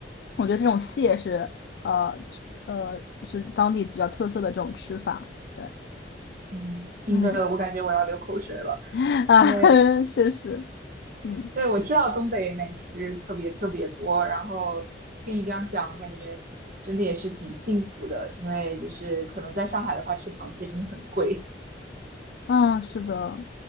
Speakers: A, on the left; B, on the right.
A: 我觉得这种蟹是呃呃是当地比较特色的这种吃法。对，
B: 嗯，听的我感觉我要流口水了，
A: 嗯。<laughs> 啊，
B: 因为
A: 确实，嗯
B: 对我知道东北美食特别特别多，然后听你这样讲，感觉真的也是挺幸福的，因为就是可能在上海的话，吃螃蟹真的很贵。
A: 啊，是的。